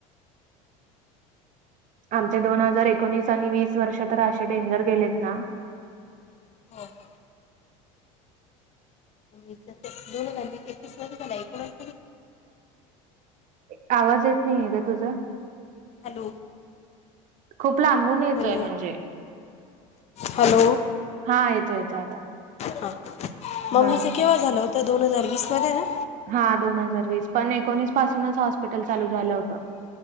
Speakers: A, on the right (about 50°); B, on the left (about 40°).
A: आमचे दोन हजार एकोणीस आणि वीस वर्ष तर, असे डेंजर गेलेत ना
B: हो- हो एक तर ते, दोन हजार वीस -एकवीस मध्ये झाला, एकोणीस
A: ए, आवाज येत नाहीये गं, तुझा
B: हॅलो
A: खूप लांबून येतोय,
B: हॅलो
A: म्हणजे
B: हॅलो,
A: हा येतो येतो आता.
B: हा मम्मीचं
A: हा
B: केव्हा झालं? ते दोन हजार वीसमध्ये ना?
A: हा, दोन हजार वीस, पण एकोणीस पासूनच हॉस्पिटल चालू झालं होतं.